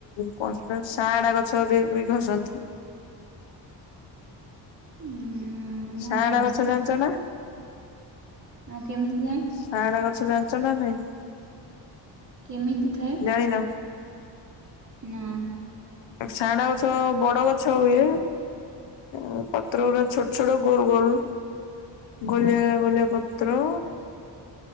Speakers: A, on the left; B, on the right.
A: କଁ ସେଟା ସାଆଡା ଗଛ ଯେ ବି ଘଷନ୍ତି।
B: ଉଁ ଆମ
A: ସାଆଡା
B: ଆଡେ
A: ଗଛ ଜାଣିଚ ନା।
B: ମୁଁ କେମିତି ଯାଇଁ
A: ସାଆଡା ଗଛ ଜାଣିଚ ନା ନାଇଁ।
B: କେମିତି ଥାଏ
A: ଜାଣିନ?
B: ନା।
A: ସାଆଡ଼ା ଗଛ ବଡ ଗଛ ହୁଏ। ଓ ପତ୍ର ଗୁଡା ଛୋଟ ଛୋଟ ଗୋଲ ଗୋଲ। ଗଳିଆ ଗଳିଆ ପତ୍ର।